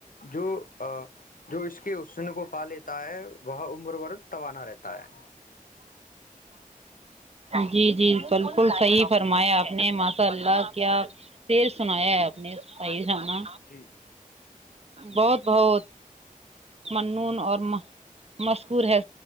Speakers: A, on the left; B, on the right.
A: جو جو اس کے اسن کو پا لیتا ہے وہ عمر ورد توانا رہتا ہے
B: جی جی بالکل صحیح فرمایا آپ نے ماشاء اللہ کیا سیر سنایا ہے آپ نےز انا
A: جی جی
B: بہت بہت وود منون اور مذکور ہے